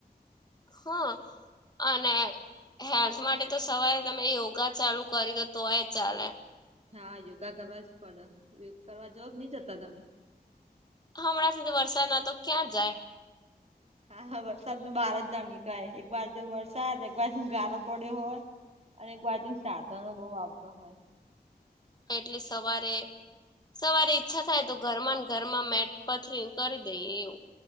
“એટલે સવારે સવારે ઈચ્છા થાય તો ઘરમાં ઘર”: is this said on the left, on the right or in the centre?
Left